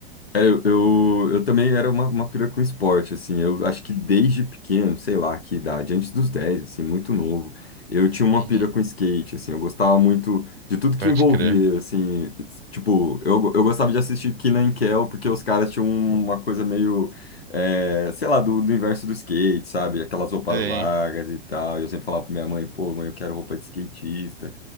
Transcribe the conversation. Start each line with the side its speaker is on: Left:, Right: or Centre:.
Left: É, Eu, eu, eu também era uma, uma pira com esporte, assim, eu acho que desde pequeno, sei lá que idade, antes dos 10 assim, muito novo, eu tinha uma
Right: Uhum,
Left: pira com skate, assim, eu gostava muito de tudo
Right: pode
Left: que envolvia,
Right: crer.
Left: assim, tipo, eu, eu gostava de assistir Kenan e Kel, porque os caras tinham uma coisa meio, é, sei lá, do, do universo do skate, sabe, aquelas roupas
Right: Sim.
Left: largas e tal, e eu sempre falava pra minha mãe, pô, mãe, eu quero roupa de skatista,